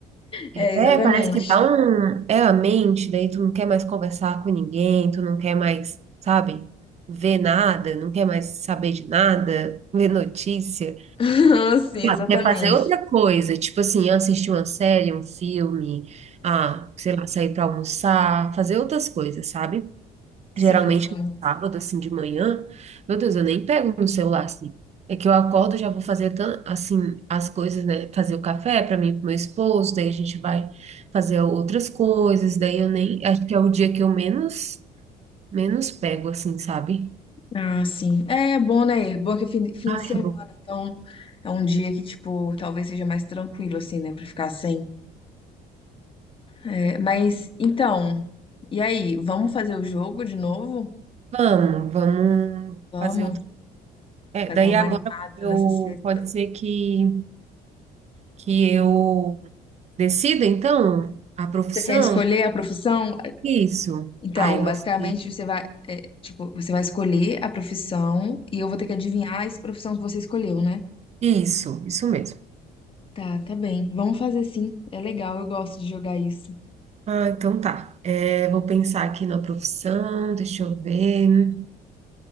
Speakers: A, on the left; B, on the right.
A: É, exatamente.
B: É, parece que dá
A: <laughs>
B: um. É a mente, daí tu não quer mais conversar com ninguém, tu não quer mais, sabe, ver nada, não quer mais saber de nada, ver notícia.
A: Ah, Sim, exatamente.
B: Ah, quer fazer outra coisa, tipo assim, assistir uma série, um filme, ah, sei lá, sair para almoçar, fazer outras coisas, sabe?
A: Sim,
B: Geralmente
A: sim.
B: no sábado, assim, de manhã, meu Deus, eu nem pego no celular, assim. É que eu acordo, já vou fazer, tan- assim, as coisas, né? Fazer o café para mim e pro meu esposo, daí a gente vai fazer outras coisas, daí eu nem, acho que é o dia que eu menos, menos pego, assim, sabe?
A: Ah, sim. É, é bom, né? É Bom que é fim, fim de
B: Ai,
A: semana,
B: é bom.
A: então é um dia que, tipo, talvez seja mais tranquilo, assim, né? Pra ficar sem. É, mas, então, e aí? Vamos fazer o jogo de novo?
B: Vamos, vamos
A: Vamos,
B: fazer É,
A: pra
B: daí
A: dar uma
B: agora
A: animada
B: eu
A: nessa sexta.
B: pode ser que, que eu decida, então, a profissão?
A: Você quer escolher a profissão?
B: Isso.
A: Então,
B: Aí você.
A: basicamente, você vai, é, tipo, você vai escolher a profissão e eu vou ter que adivinhar essa profissão que você escolheu, né?
B: Isso, isso mesmo.
A: Tá, tá bem. Vamos fazer sim. É legal, eu gosto de jogar isso.
B: Ah, então tá. É, vou pensar aqui na profissão, deixa eu ver.